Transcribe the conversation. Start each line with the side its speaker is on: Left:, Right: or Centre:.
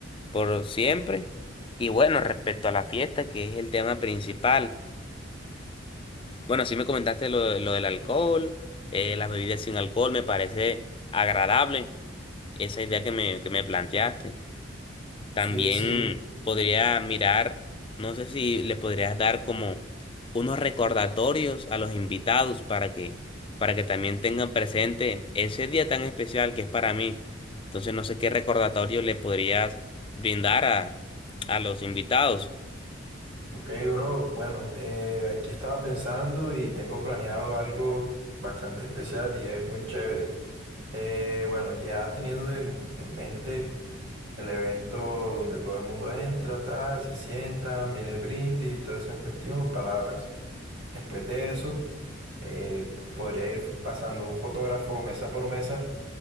Left: por siempre. Y bueno, respecto a la fiesta, que es el tema principal. Bueno, sí me comentaste lo, de- lo del alcohol, eh, las bebidas sin alcohol, me parece agradable esa idea que me, que me planteaste. También
Right: Sí, sí.
Left: podría mirar, no sé si le podrías dar como unos recordatorios a los invitados para que, para que también tengan presente ese día tan especial que es para mí. Entonces no sé qué recordatorio le podrías brindar a, a los invitados.
Right: Ok, bro. Bueno, eh, aquí estaba pensando y tengo planeado algo bastante especial y es muy chévere. Eh, bueno, ya teniendo en, en mente el evento donde todo el mundo entra, tal, se sientan, viene el brindis y toda esa cuestión, palabras. Después de eso, eh, podría ir pasando un fotógrafo mesa por mesa,